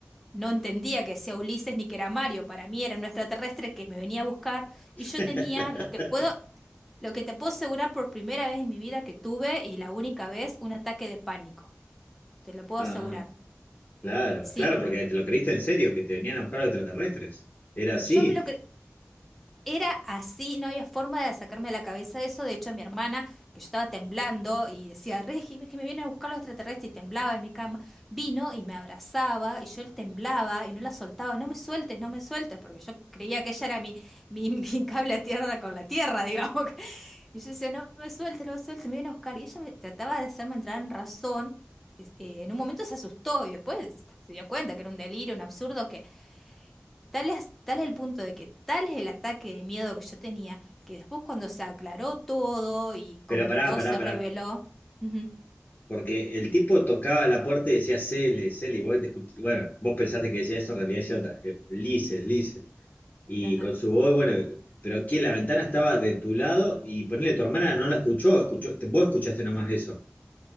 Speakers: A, in the centre; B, on the left (about 35°).
A: no entendía que sea Ulises ni que era Mario. Para mí era un extraterrestre que me venía a buscar y yo
B: <laughs>
A: tenía lo que puedo, lo que te puedo asegurar por primera vez en mi vida que tuve y la única vez, un ataque de pánico. Te lo puedo
B: Ah,
A: asegurar.
B: claro,
A: Sí,
B: claro, porque te lo creíste en serio, que te venían a buscar los extraterrestres. Era así.
A: yo me lo cre- Era así, no había forma de sacarme de la cabeza eso. De hecho, mi hermana, que yo estaba temblando y decía, Regi, es que me vienen a buscar los extraterrestres y temblaba en mi cama, vino y me abrazaba y yo él temblaba y no la soltaba, no me sueltes, no me sueltes, porque yo creía que ella era mi, mi, <laughs> mi cable a tierra con la tierra, <laughs> digamos. Y yo decía, no me sueltes, no me sueltes, me vienen a buscar. Y ella me, trataba de hacerme entrar en razón. Es- eh, en un momento se asustó y después se dio cuenta que era un delirio, un absurdo, que Tal es, tal es el punto de que tal es el ataque de miedo que yo tenía, que después cuando se aclaró todo y como
B: Pero pará,
A: que todo
B: pará,
A: se
B: pará.
A: reveló. Ujú,
B: Porque el tipo tocaba la puerta y decía Cele, Cele, y vos discut- Bueno, vos pensaste que decía eso, en realidad decía otra. eh, Lice, Lice. Y
A: ajá.
B: con su voz, bueno, pero que la ventana estaba de tu lado y ponele tu hermana no la escuchó, escuchó, vos escuchaste nomás eso.